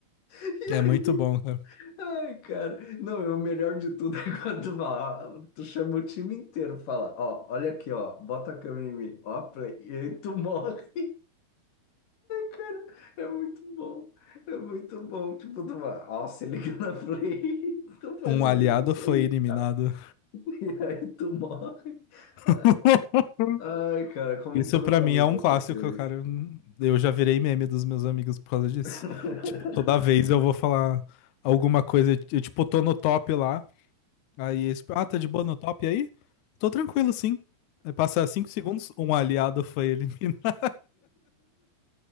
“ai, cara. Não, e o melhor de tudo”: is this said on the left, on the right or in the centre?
Left